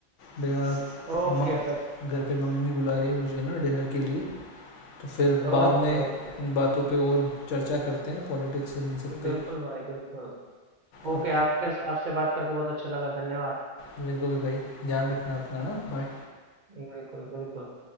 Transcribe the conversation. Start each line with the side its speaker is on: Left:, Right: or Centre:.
Left: मेरा
Right: ओके
Left: मम
Right: फिर
Left: घर पे मम्मी बुला रही है मुझे ना डिनर के लिए तो फिर
Right: Okay
Left: बाद में
Right: okay
Left: इन बातों पे और चर्चा करते हैं पॉलिटिक्स और इन सब पे
Right: बिल्कुल भाई बिल्कुल ओके
Left: अब
Right: आपके आपसे बात करके बहुत अच्छा लगा धन्यवाद
Left: मेरे को भी भाई ध्यान रखना अपना ना बाय
Right: बिल्कुल बिल्कुल